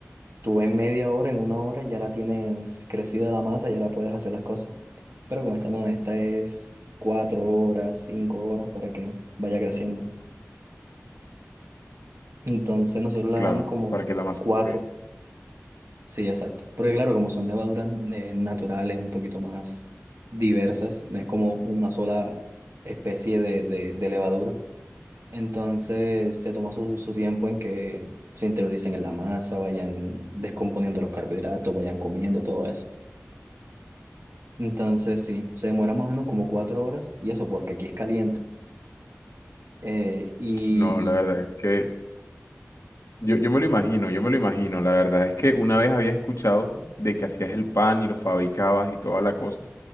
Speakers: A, on the right; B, on the left.
A: Tú en media hora, en una hora, ya la tienes crecida la masa, ya la puedes hacer las cosas. Pero con esta no, esta es cuatro horas, cinco horas para que vaya creciendo. Entonces nosotros la
B: Claro,
A: dejamos como
B: para que la masa
A: cuatro,
B: esté.
A: sí, exacto. Porque claro, como son levaduras eh, naturales, un poquito más diversas, no es como una sola especie de, de, de levadura. Entonces se toma su, su tiempo en que se interioricen en la masa, vayan descomponiendo los carbohidratos, vayan comiendo todo eso. Entonces, sí, se demora más o menos como cuatro horas y eso porque aquí es caliente. Eh, y
B: No, la verdad es que Yo, yo me lo imagino, yo me lo imagino. La verdad es que una vez había escuchado de que hacías el pan y lo fabricabas y toda la cosa,